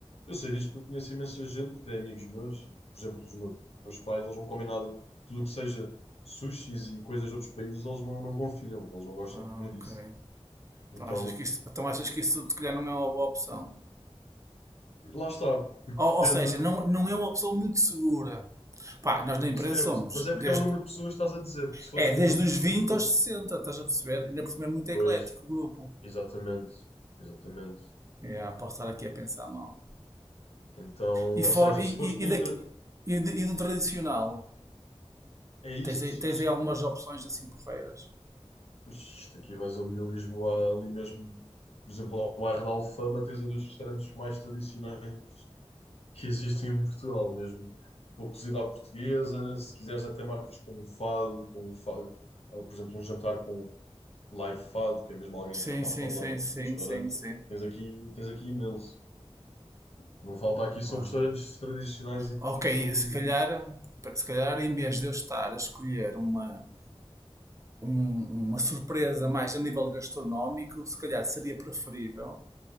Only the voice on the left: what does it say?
Eu sei disto porque eu conheço imensa gente, até amigos meus, e, por exemplo, os meus, meus pais, eles não comem nada, tudo o que seja sushis e coisas de outros países, eles não, não confiam, eles não gostam
de comer
isso. Então,
lá está, porque
depende.
Certo,
mas é
porque é o número de pessoas que estás a dizer, porque se fosse
um grupo,
por
exemplo,
pois,
exatamente, exatamente.
Então,
ou seja,
se fores
pelo
tra...
é isso,
se,
se,
isto aqui vais ali a Lisboa, ali mesmo, por exemplo, ao bairro da Alfama, tens ali os restaurantes mais tradicionais que existem em Portugal, mesmo com cozida à portuguesa, se quiseres até marcas com um fado, com um fado, ou, por exemplo, um jantar com live fado, que é mesmo alguém
a cantar
fado
lá no
no restaurante,
tens aqui, tens aqui imenso. O que não falta aqui são
restaurantes tradicionais e típicos
ali,